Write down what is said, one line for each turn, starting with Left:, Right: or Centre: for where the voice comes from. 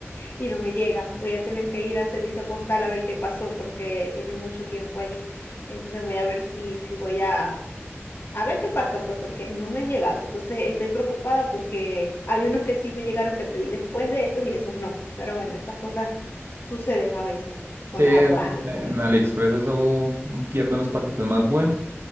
Left: y no me llegan. Voy a tener que ir al servicio postal a ver qué pasó porque tienen mucho tiempo allí. Entonces voy a ver si, si voy a, A ver qué pasa, pues, porque no me han llegado. Entonces estoy preocupada porque hay unos que sí me llegaron que pedí después de esos y esos no. Pero bueno, esas cosas suceden a veces con
Right: Sí,
Left: las aduanas,
Right: en
Left: con eso.
Right: AliExpress eso pierde unos paquetes más buenos.